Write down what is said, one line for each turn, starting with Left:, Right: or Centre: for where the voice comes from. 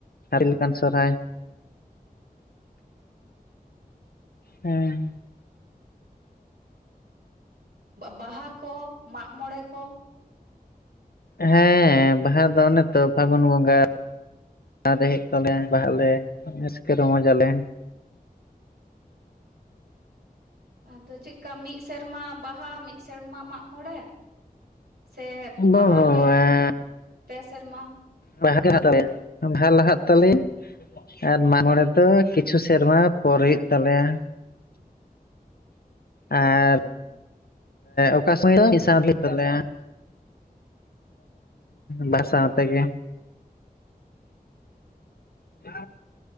Left: ᱦᱟᱹᱛᱤ ᱞᱮᱠᱟᱱ ᱥᱚᱨᱦᱟᱭ᱾ ᱦᱮᱸ
Right: ᱵᱟᱦᱟ ᱠᱚ ᱢᱟᱜ ᱢᱚᱬᱮ ᱠᱚ?
Left: ᱦᱮᱸ ᱵᱟᱦᱟ ᱫᱚ ᱚᱱᱮ ᱛᱚ ᱯᱷᱟᱜᱩᱱ ᱵᱚᱸᱜᱟ᱾ <unintelligible> ᱛᱟᱞᱮᱭᱟ ᱵᱟᱦᱟᱜ ᱟᱞᱮ ᱨᱟᱹᱥᱠᱟᱹ ᱨᱚᱢᱚᱡ ᱟᱞᱮ᱾ ᱦᱮᱸ
Right: ᱟᱫᱚ ᱪᱮᱫ ᱞᱮᱠᱟ ᱢᱤᱫ ᱥᱮᱨᱢᱟ ᱵᱟᱦᱟ ᱢᱤᱫ ᱥᱮ ᱥᱮᱨᱢᱟ ᱢᱟᱜ ᱢᱚᱬᱮ, ᱥᱮ
Left: ᱵᱟ
Right: ᱵᱟᱦᱟ
Left: ᱵᱟ
Right: ᱜᱮ
Left: ᱵᱟ
Right: ᱯᱮ ᱥᱮᱨᱢᱟ?
Left: ᱵᱟᱦᱟ <unintelligible> ᱛᱟᱞᱮᱭᱟ ᱵᱟᱦᱟ ᱞᱟᱦᱟᱜ ᱛᱟᱞᱮᱭᱟ᱾ ᱟᱨ ᱢᱟᱜᱢᱚᱬᱮ ᱫᱚ ᱠᱤᱪᱷᱩ ᱥᱮᱨᱢᱟ ᱯᱚᱨ ᱦᱩᱭᱩᱜ ᱛᱟᱞᱮᱭᱟ᱾ ᱟᱨ
Right: ᱚ
Left: ᱚᱠᱟ ᱥᱟᱢᱚᱭ ᱫᱚ ᱢᱤᱫ <unintelligible> ᱦᱩᱭᱩᱜ ᱛᱟᱞᱮᱭᱟ ᱵᱟᱦᱟ ᱥᱟᱣ ᱛᱮᱜᱮ᱾ <unintelligible>